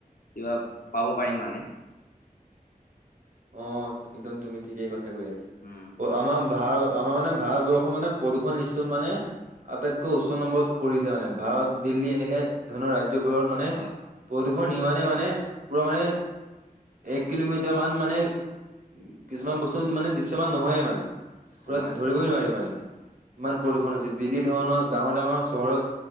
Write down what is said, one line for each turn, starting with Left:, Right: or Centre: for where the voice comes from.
Left: কিবা পাব পাৰিম মানে
Right: অ একদম তুমি ঠিকেই কথা কৈ আছা
Left: উম
Right: আমাৰ ভা ত আমাৰ মানে ভাৰতবৰ্ষৰ মানে প্ৰদূষণ লিষ্ট মানে আটাইতকৈ উচ্চ নম্বৰত। পৰিছে মানে ভাৰত দিল্লী এনেকে ধৰণৰ ৰাজ্য ত মানে
Left: হয়
Right: প্ৰদূষণ নিণে মানে পুৰা মানে এক কিলোমিটাৰ মান মানে মানে উ কিছুমান বস্তু মানে দৃশ্যমান নহয়ে মানে। পুৰা
Left: হয়
Right: ধৰিবই
Left: হয়
Right: নোৱাৰি মানে ইমান প্ৰদূষণ হৈছে দিল্লীত ধৰণৰ ডাঙৰ-ডাঙৰ চহৰত